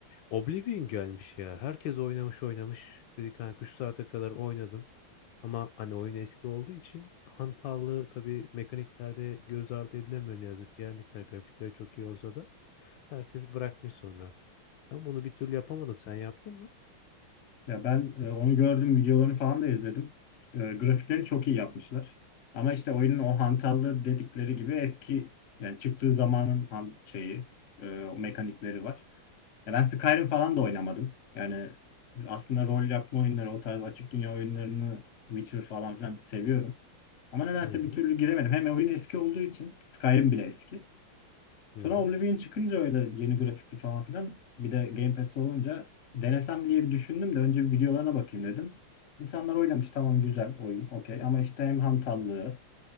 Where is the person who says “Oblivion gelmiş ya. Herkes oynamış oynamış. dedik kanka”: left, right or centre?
Left